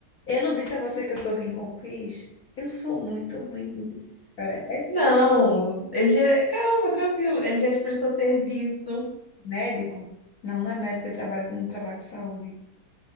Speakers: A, on the left; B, on the left.
A: eu não disse a você que eu sou ruim com quiz? Eu sou muito ruim nisso, cara. É sério.
B: Não, ele já. Calma, tranquilo. Ele já te prestou serviço.
A: Médico? Não, não é médico que trabalha com, trabalho com saúde.